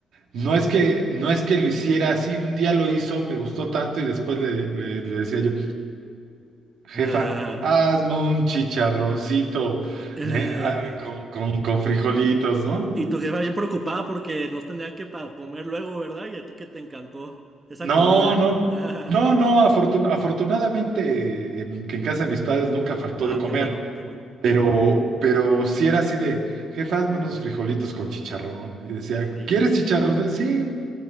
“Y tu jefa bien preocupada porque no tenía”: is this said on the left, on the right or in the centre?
Right